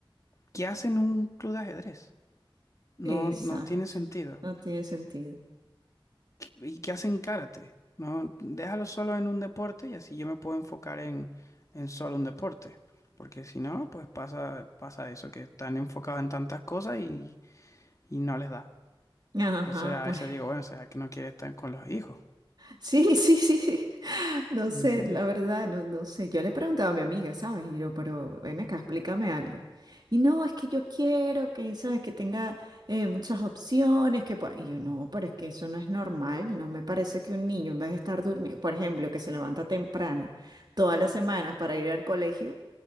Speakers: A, on the left; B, on the right.
A: ¿qué hacen en un club de ajedrez? No,
B: exacto,
A: no tiene sentido.
B: no tiene sentido.
A: ¿Y qué hacen karate? No, déjalo solo en un deporte y así yo me puedo enfocar en, en solo un deporte. Porque si no, pues pasa, pasa eso, que están enfocados en tantas cosas y, y no les da.
B: Ajá,
A: Entonces a
B: por...
A: veces
B: <laughs>
A: digo, bueno, será que no quiere estar con los hijos.
B: Sí, sí, sí, sí. <laughs> No
A: Ujú.
B: sé, la verdad, no, no sé. Yo le preguntaba a mi amiga, ¿sabes? Y yo, pero ven acá, explícame algo. Y no, es que yo quiero que, ¿sabes? Que tenga eh, muchas opciones, que pueda... Y yo, no, pero es que eso no es normal. No me parece que un niño, en vez de estar durmiendo, por ejemplo, que se levanta temprano todas las semanas para ir al colegio,